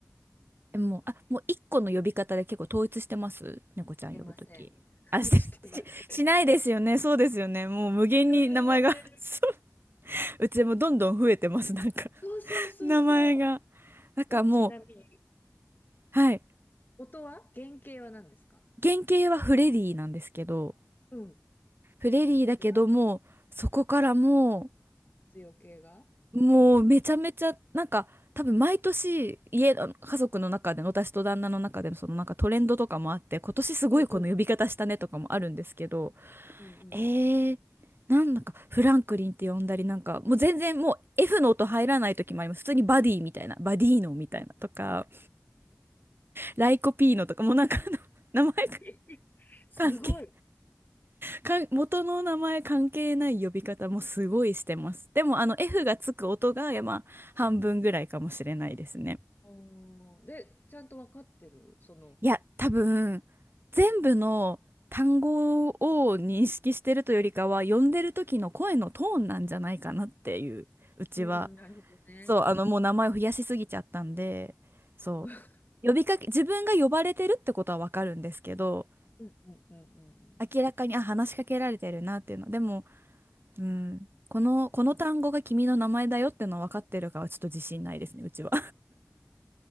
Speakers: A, on the right; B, on the left.
A: え、もう、
B: わか
A: あ、もう一個の呼び方で結構統一してます猫ちゃん呼ぶとき。
B: してません。<laughs>
A: あ、してし、
B: してません。
A: しないですよね。そうですよね。もう無限に名前が
B: いろいろ読んでる。
A: <laughs> そう。うちもどんどん増えてます。なんか <laughs>
B: そうそうそうそ
A: 名前が。なんかもう、
B: う。え、ちなみに、
A: はい。
B: 元は原型は何ですか
A: 原型はフレディなんですけど、
B: うん。
A: フレディだけども、
B: それが
A: そこからも
B: 活用形が
A: う、もうめちゃめちゃ、なんか、多分毎年家の家族の中での私と旦那の中でのそのなんかトレンドとかもあって今年すごいこの呼び方したねとかもあるんですけど
B: うんうん。うんうん。
A: えー、なんだかフランクリンって呼んだりなんかもう全然もう F の音入らない時もあります普通にバディみたいなバディーノみたいなとかライコピーノとかもうなんかあの <laughs> 名前が
B: <laughs> すごい。
A: 関係かん元の名前関係ない呼び方もすごいしてますでもあの F がつく音がいやまあ半分ぐらいかもしれないですね
B: おーで、ちゃんと分かってる。その、
A: いや多分全部の単語を認識してるというよりかは呼んでる時の声のトーンなんじゃないかなっていううちは
B: うんうん、なるほどね。
A: そう、あの、もう名前を増やしすぎちゃったんで、そ
B: <laughs> うん
A: う、呼びかけ、自分が呼ばれてるってことはわかるんですけど、
B: うんうんうんうん
A: 明らかに、あ、話しかけられてるなっていうの。でも、うん、この、
B: うん。
A: この単語が君の名前だよってのは分かってるかはちょっと自信ないですね、うちは。